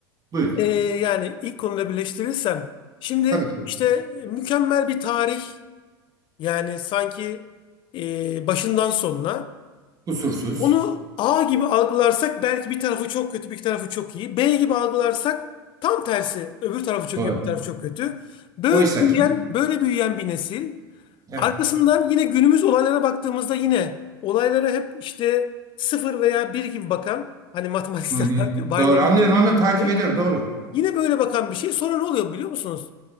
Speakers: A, on the right (about 25°); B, on the left (about 40°).
A: Buyurun.
B: Ee, yani ilk konuda birleştirirsem. Şimdi
A: Tabii ki.
B: işte mükemmel bir tarih. Yani sanki e, başından sonuna.
A: Kusursuz.
B: Onu A gibi algılarsak belki bir tarafı çok kötü, bir tarafı çok iyi. B gibi algılarsak tam tersi. Öbür tarafı çok
A: Doğru.
B: iyi, öbür tarafı çok kötü. Böyle
A: Oysa
B: büyüyen,
A: ki
B: böyle büyüyen bir nesil.
A: evet.
B: Arkasından yine günümüz olaylara baktığımızda yine olaylara hep işte sıfır veya bir gibi bakan, hani matematiksel
A: Hı hı.
B: olarak <laughs> binary
A: Doğru anlıyorum anlıyorum takip
B: gibi
A: ediyorum doğru.
B: yine böyle bakan bir şey. Sonra ne oluyor biliyor musunuz?